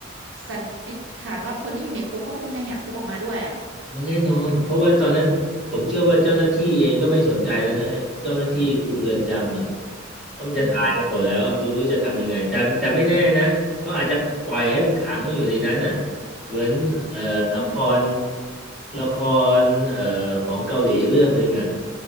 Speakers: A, on the right; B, in the centre.
A: สันนิษฐานว่าคนที่อยู่ในคุกเขาคงจะแหกคุกออกมาด้วยอะ
B: เอาแน่นอนเพราะว่าตอนนั้นผมเชื่อว่าเจ้าหน้าที่เองก็ไม่สนใจแล้วนะเจ้าหน้าที่คุมเรือนจำอ่ะเพราะมันจะตายกันหมดแล้วไม่รู้จะทำยังไงแต่แต่ไม่แน่นะเขาอาจจะปล่อยให้มันขังมันอยู่ในนั้นอ่ะ
A: อืม
B: เหมือนเอ่อละคร
A: อืม
B: ละครเอ่อของเกาหลีเรื่องหนึ่งอ่ะ